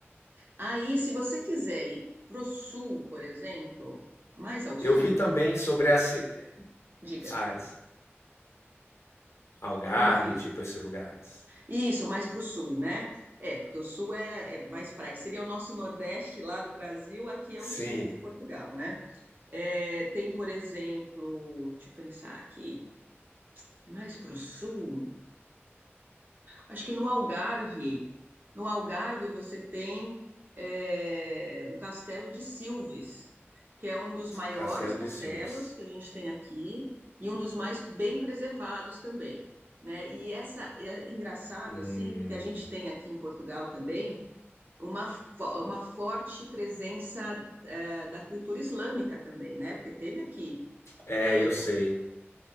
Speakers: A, on the right (about 45°); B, on the left (about 80°).
A: Aí, se você quiser ir pro sul, por exemplo, mais ao sul,
B: Eu vi também sobre as ci-
A: diga,
B: áreas, Algarve,
A: não ouvi.
B: tipo esses lugares.
A: Isso, mais para o sul, né? É, porque o sul é, é mais praia, que seria o nosso nordeste lá do Brasil, aqui é
B: Sim,
A: o sul de Portugal, né? É, tem, por exemplo, deixa eu pensar aqui, mais para o sul, Acho que no Algarve, no Algarve você tem é, o Castelo de Silves, que é um dos maiores
B: Castelo
A: castelos
B: de Silves.
A: que a gente tem aqui e um dos mais bem preservados também, né? E essa é engraçado
B: Hum,
A: assim, porque a gente tem aqui em Portugal também uma, fo- uma forte presença é, da cultura islâmica também, né? Porque teve aqui
B: é,
A: a época
B: eu sei.